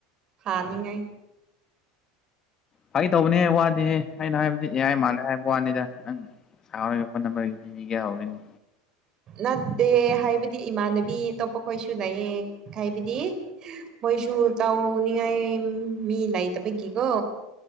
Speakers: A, on the right; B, on the left.
A: ꯐꯥꯅꯤꯡꯉꯥꯏ
B: ꯐꯒꯤ ꯇꯧꯕꯅꯦꯍ‌ꯦ ꯋꯥꯗ‌ꯦꯍ‌ꯦ ꯑꯩꯅ ꯍꯥꯏꯕꯗꯤ ꯑꯦꯑꯥꯏ ꯃꯥꯜꯂꯦ ꯍꯥꯏꯕꯅ‌ꯦ ꯋꯥꯅꯤꯗ ꯅꯪ ꯁꯥꯥꯎꯔꯒ ꯐꯣꯟ ꯅꯝꯕꯔ ꯄꯤꯕꯤꯒꯦ ꯍꯧꯔꯤꯅꯤ
A: ꯅꯠꯇꯦ ꯍꯥꯏꯕꯗꯤ ꯏꯃꯥꯟꯅꯕꯤ ꯑꯇꯣꯞꯄ ꯈꯣꯏꯁꯨ ꯂꯩꯌꯦ ꯍꯥꯏꯕꯗꯤ ꯈꯣꯏꯁꯨ ꯇꯥꯎ ꯅꯤꯡꯉꯥꯏ ꯃꯤ ꯂꯩꯇꯄꯒꯤꯀꯣ